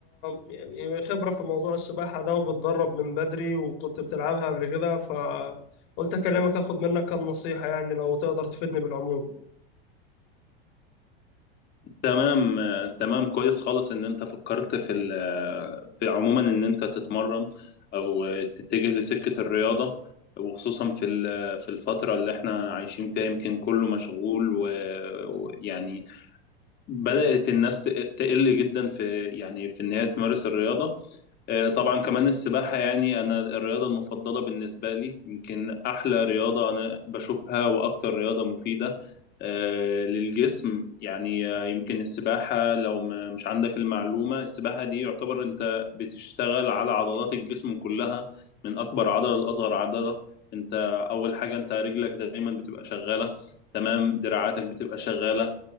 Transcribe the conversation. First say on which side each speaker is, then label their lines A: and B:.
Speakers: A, on the left; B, on the left.
A: يعني خبره في موضوع السباحه ده وبتدرب من بدري وكنت بتلعبها قبل كده فقلت اكلمك اخد منك كام نصيحه يعني لو تقدر تفيدني بالعموم
B: تمام آه، تمام كويس خالص ان انت فكرت في ال- آه، في عموما ان انت تتمرن او آه، تتجه لسكة الرياضة وخصوصا في ال- آه، في الفترة اللي احنا عايشين فيها يمكن كله مشغول و- ويعني بدأت الناس تقل جدا في يعني في ان هي تمارس الرياضة آه، طبعا كمان السباحة يعني أنا الرياضة المفضلة بالنسبة لي يمكن أحلى رياضة أنا بشوفها وأكتر رياضة مفيدة آه، للجسم يعني آه، يمكن السباحة لو ما مش عندك المعلومة السباحة دي يعتبر أنت بتشتغل على عضلات الجسم كلها من أكبر عضلة لأصغر عضلة أنت أول حاجة أنت رجلك دايما بتبقى شغالة تمام دراعاتك بتبقى شغالة